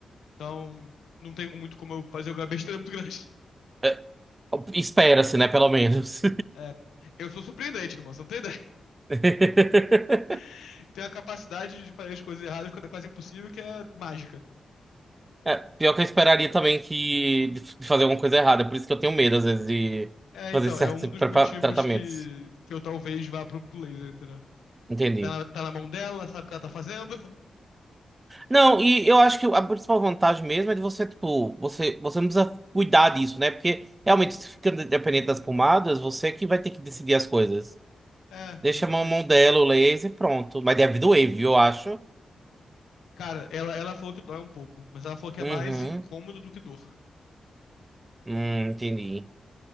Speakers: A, on the left; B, on the right.
A: Então, não tem muito como eu fazer alguma besteira muito grande. <laughs>
B: É, espera-se, né? Pelo menos.
A: É, eu sou surpreendente, irmão, você não tem ideia?
B: <laughs>
A: <laughs> Tenho a capacidade de fazer as coisas erradas quando é quase impossível, que é mágica.
B: É, pior que eu esperaria também que de f- de fazer alguma coisa errada. Por isso que eu tenho medo, às vezes, de
A: É,
B: fazer
A: então,
B: certos
A: é um dos
B: prepa-
A: motivos
B: tratamentos.
A: que, que eu talvez vá pro, pro laser, entendeu?
B: Entendi.
A: Tá na, tá na mão dela, sabe o que ela tá fazendo.
B: Não, e eu acho que a principal vantagem mesmo é de você, tipo, você, você não precisa cuidar disso, né? Porque realmente, se fica dependente das pomadas, você que vai ter que decidir as coisas.
A: É,
B: Deixa
A: exatamente.
B: a mão mão dela, o laser e pronto. Mas deve doer, viu, eu acho.
A: Cara, ela, ela falou que dói um pouco, mas ela falou que
B: Uhum.
A: é mais incômodo do que dor.
B: Hum, entendi.